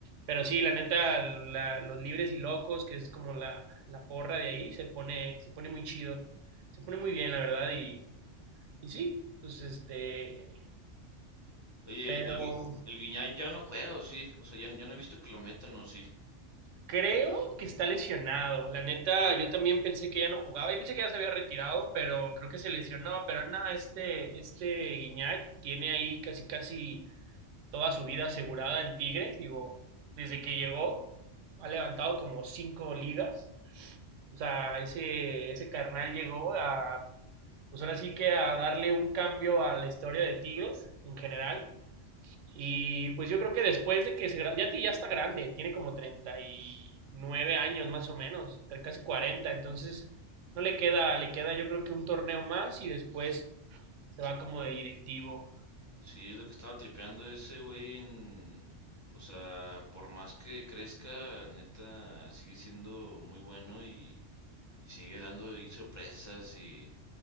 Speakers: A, on the right (about 85°); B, on the left (about 20°).
A: pero sí, la neta, la- los libres y locos, que es como la, la porra de ahí, se pone, se pone muy chido, se pone muy bien, la verdad, y, y sí, pues este,
B: oye, el,
A: pero
B: el, Gui- el Guiñay ya no juega, ¿o sí? O sea, ya, ya no he visto que lo metan, ¿o sí?
A: Creo que está lesionado. La neta, yo también pensé que ya no jugaba. Yo pensé que ya se había retirado, pero creo que se lesionó. Pero nada, este, este Guiñac tiene ahí casi, casi toda su vida asegurada en Tigres. Digo, desde que llegó, ha levantado como cinco ligas. O sea,
B: Eh,
A: ese, ese carnal llegó a, pues ahora sí que a darle un cambio a la historia de Tigres en general. Y pues yo creo que después de que se gra- ya, ti- ya está grande, tiene como 39 años más o menos, tre- casi cuarenta entonces no le queda, le queda yo creo que un torneo más y después se va como de directivo. <laughs>
B: Sí, lo que estaba tripeando ese güey en... O sea, por más que crezca, neta, sigue siendo muy bueno y, y sigue dando ahí sorpresas y...